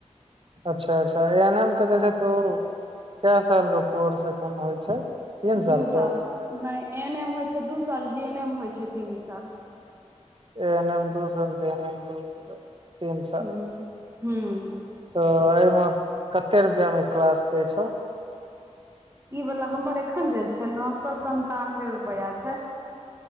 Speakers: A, on the right (about 50°); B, on the right (about 20°).
A: अच्छऽ अच्छऽ ए एन एम केँ जे छै तऽ उ कै साल कऽ कोर्स एखन होइ छै तीन
B: दू साल
A: के
B: कऽ नय ए एन एम होइ छै दू साल जे एन एम होइ छै तीन साल
A: ए एन एम दू साल जे एन एम दू तीन साल
B: हूँ हूँ
A: तऽ एय मऽ कते रुपैया मे क्लास देय छौ
B: ई वला हमर एखन जे छै नो सौ सनतानबे रुपैया छै